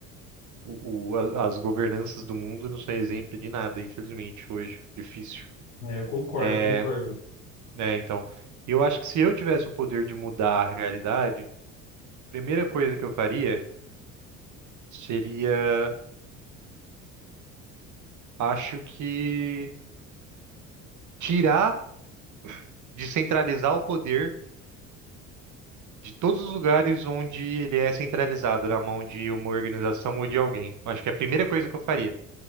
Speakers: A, on the right; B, on the left.
A: o, o- a- as governanças do mundo não são exemplo de nada, infelizmente, hoje. Difícil.
B: É, Eu concordo,
A: É,
B: eu concordo.
A: né, então, eu acho que se eu tivesse o poder de mudar a realidade, a primeira coisa que eu faria seria, acho que, tirar, descentralizar o poder de todos os lugares onde ele é centralizado na mão de uma organização ou de alguém. Acho que é a primeira coisa que eu faria.